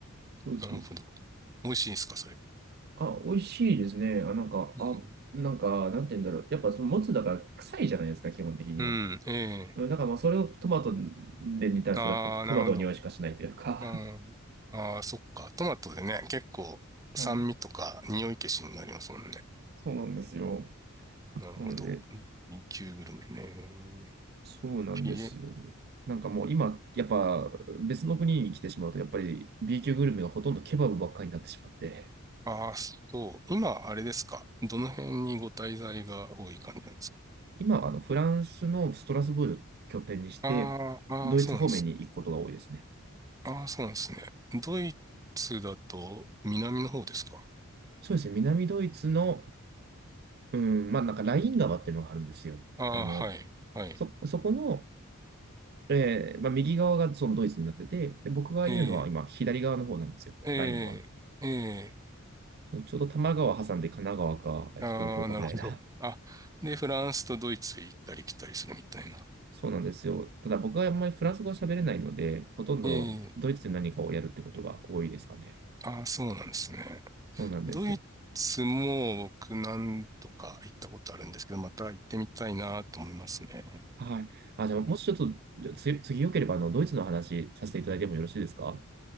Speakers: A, on the right; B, on the right.
A: そうそうそう
B: なるほど。美味しいんですか、それ。
A: あ、美味しいですね。あ、なんか、
B: うん、
A: あ、なんか、なんて言うんだろう。やっぱそのもつだから臭いじゃないですか、基本的には。
B: うん、ええ。
A: うん、だからまあそれをトマトで煮たらそれはトマトの匂いしかしないというか。
B: ああ、なるほど。うん。ああ、そっか。トマトでね、結構酸味とか匂い消しになりますもんね。
A: <laughs> はい。そうなんですよ。
B: なるほど。
A: なので、
B: 旧級グルメね。
A: そうなんですよ。
B: ひえ、
A: なんかもう今、やっぱ別の国に来てしまうと、やっぱり B 級グルメがほとんどケバブばっかりになってしまって、
B: ああ、そう。今、あれですか。どの辺にご滞在が多い感じなんですか。
A: 今はあのフランスのストラスブール拠点にして、
B: ああ、ああ、
A: ドイツ方面に行くことが多いですね。
B: そうなんです。ああ、そうなんですね。ドイツだと南の方ですか。
A: そうですね。南ドイツのうん、まあなんかライン川っていうのがあるんですよ。
B: ああ、
A: あの、
B: はい、はい。
A: そ、そこの、えーまあ、右側がそのドイツになってて、で、僕がいるのは今左側の方なんですよ。
B: ええ、ええ、
A: ライン川の。
B: ええ、
A: そのちょうど多摩川挟んで神奈川か、えっと、
B: ああ、
A: 東京かぐらいだ。
B: なるほど。あ、で、フランスとドイツへ行ったり来たりするみたいな。
A: <laughs> そうなんですよ。ただ僕はあんまりフランス語は喋れないので、ほとんどドイツで何かをやるってことが多いですかね。
B: ええああ、そうなんですね。
A: そうなんですよ。
B: ドイツも僕何度か行ったことあるんですけど、また行ってみたいなと思いますね。
A: はい。あ、じゃあもしちょっと、じゃあ次、次よければあの、ドイツの話させていただいてもよろしいですか